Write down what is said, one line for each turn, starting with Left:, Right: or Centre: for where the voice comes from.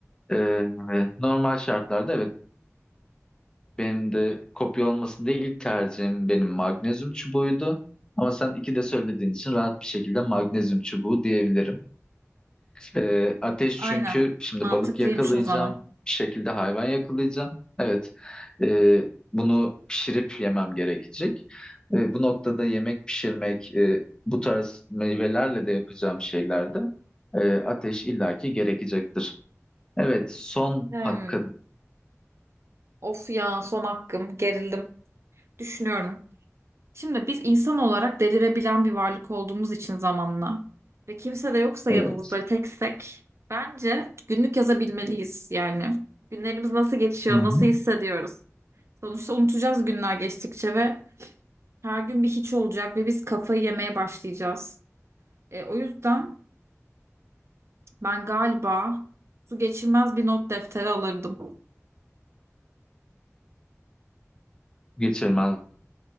Left: Ee, normal şartlarda evet. Benim de kopya olmasın diye ilk tercihim benim magnezyum çubuğuydu. Ama sen iki de söylediğin için rahat bir şekilde magnezyum çubuğu diyebilirim. Ee, ateş çünkü
Right: Aynen.
Left: şimdi
Right: Mantıklıymış
Left: balık yakalayacağım,
Right: o zaman.
Left: bir şekilde hayvan yakalayacağım. Evet, e, bunu pişirip yemem gerekecek. E, bu noktada yemek pişirmek, e, bu tarz meyvelerle de yapacağım şeylerde e, ateş illaki gerekecektir. Evet, son
Right: Hmm.
Left: hakkın.
Right: Of ya son hakkım. Gerildim. Düşünüyorum. Şimdi biz insan olarak delirebilen bir varlık olduğumuz için zamanla ve kimse de yoksa
Left: Evet.
Right: yanımızda ve teksek bence günlük yazabilmeliyiz yani. Günlerimiz nasıl geçiyor,
Left: Hı hı.
Right: nasıl hissediyoruz? Sonuçta unutacağız günler geçtikçe ve her gün bir hiç olacak ve biz kafayı yemeye başlayacağız. E, o yüzden Ben galiba su geçirmez bir not defteri alırdım.
Left: Geçirmez